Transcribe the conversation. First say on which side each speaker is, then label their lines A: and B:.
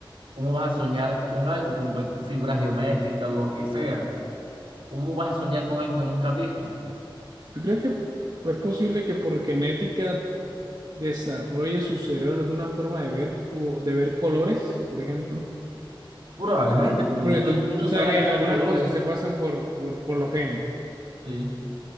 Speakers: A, on the right (about 80°); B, on the right (about 50°).
A: ¿cómo vas a soñar con algo, con cual- figuras geométricas, lo que sea? ¿Cómo vas a soñar con algo que nunca has visto?
B: ¿Tú crees que es posible que por genética desarrolle su cerebro alguna forma de ver o de ver colores, por ejemplo?
A: Probablemente, pero
B: Porque
A: él no,
B: tú,
A: él
B: tú
A: no
B: sabes
A: sabrá
B: que
A: que
B: algunas
A: son colores.
B: cosas se pasan por, por, por los genes.
A: Sí,